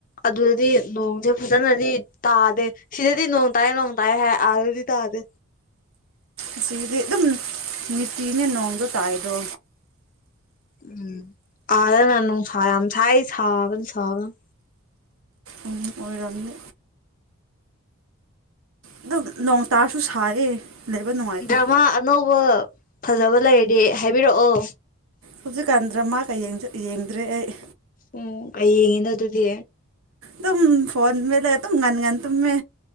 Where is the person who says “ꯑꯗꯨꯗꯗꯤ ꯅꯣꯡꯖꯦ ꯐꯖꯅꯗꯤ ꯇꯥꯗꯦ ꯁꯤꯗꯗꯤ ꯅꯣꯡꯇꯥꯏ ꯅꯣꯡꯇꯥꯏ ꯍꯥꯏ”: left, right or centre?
Left